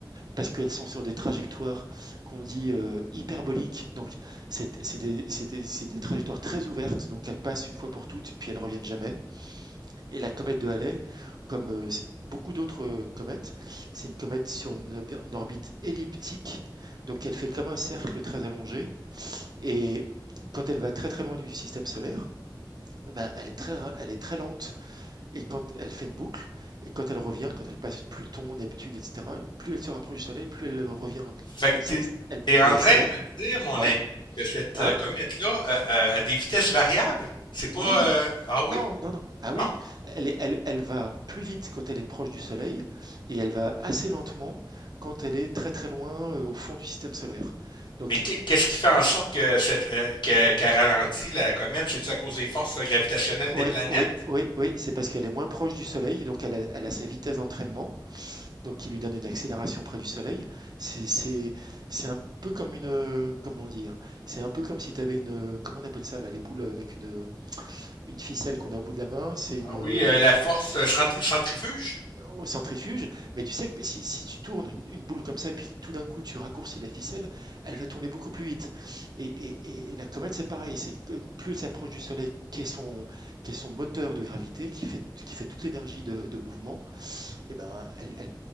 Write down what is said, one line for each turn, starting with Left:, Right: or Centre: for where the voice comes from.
Right: parce qu'elles sont sur des trajectoires qu'on dit euh, hyperboliques. Donc, c'est c'est des, c'est des- c'est des trajectoires très ouvertes. Donc, elles passent une fois pour toutes puis elles reviennent jamais. Et la comète de Halley, comme euh, s- beaucoup d'autres euh, comètes, c'est une comète sur une, ob- une orbite elliptique. Donc, elle fait comme un cercle très allongé. Et quand elle va très très loin du système solaire, eh ben, elle est très, ra- elle est très lente et quand elle fait une boucle, et quand elle revient, quand elle passe Pluton, Neptune, etc., plus elle se rapproche du Soleil, plus elle revient,
Left: Fait
Right: elle,
Left: que
Right: s'acc-
Left: t'es,
Right: elle-
Left: t'es en
Right: elle
Left: train
Right: accélère.
Left: de me dire, mon
Right: Ouais.
Left: ami, que cette
Right: Hein?
Left: euh, comète-là euh, euh, a des vitesses variables? C'est pas...
Right: Oui.
Left: euh, Ah oui?
Right: Non, non, non. Ah
Left: Non?
Right: oui. Elle, est- elle, elle va plus vite quand elle est proche du Soleil, et elle va assez lentement quand elle est très très loin euh, au fond du système solaire. Donc,
Left: Mais qu'est- qu'est-ce qui fait en sorte que cette, euh, que- qu'elle ralentit la comète? C'est-tu à cause des forces euh, gravitationnelles
Right: oui,
Left: des planètes?
Right: oui, oui, oui, c'est parce qu'elle est moins proche du Soleil, donc elle a, elle a sa vitesse d'entraînement, donc qui lui donne une accélération près du Soleil. C'est c'est c'est un peu comme une euh, comment dire c'est un peu comme si tu avais une euh, comment on appelle ça là les boules avec une euh, une ficelle qu'on a au bout de la main c'est une
Left: Ah
Right: euh,
Left: oui, euh, la force euh, centri- centrifuge?
Right: au centrifuge mais tu sais que si, si tu tournes une, une boule comme ça et puis que tout d'un coup tu raccourcis la ficelle elle
Left: Oui.
Right: va tourner beaucoup plus vite et, et, et la comète c'est pareil c'est que plus elle s'approche du soleil qui est son qui est son moteur de gravité qui fait qui fait toute l'énergie de, de mouvement eh ben, elle, elle,